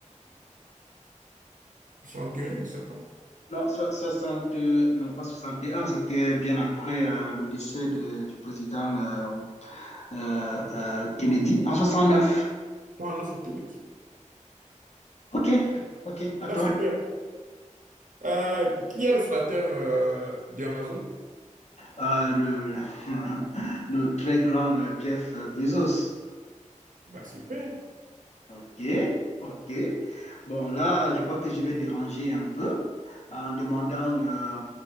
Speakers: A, on the right; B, on the left.
A: je sais pas.
B: Non, so- 60, euh, non, pas 61. c'était bien après euh, le décès de- du président. euh, euh, euh, Kennedy en 69.
A: Non, non, faut trouver.
B: Ok, ok, attends.
A: Ah, super. Euh, qui est le fondateur euh, d'Amazon?
B: Euh, le, <laughs> le très grand euh, Jeff Bezos.
A: Bah, super.
B: Ok, ok. Bon, là, je crois que je vais déranger un peu en demandant euh,